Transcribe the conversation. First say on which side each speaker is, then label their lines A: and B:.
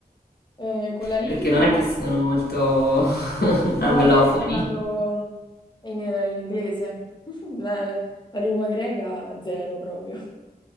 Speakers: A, on the left; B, on the left.
A: Eh, con la lingua,
B: Perché non è che sono molto <laughs>
A: no,
B: anglofoni.
A: io ho parlato in, in inglese, <laughs> la, la lingua greca zero proprio.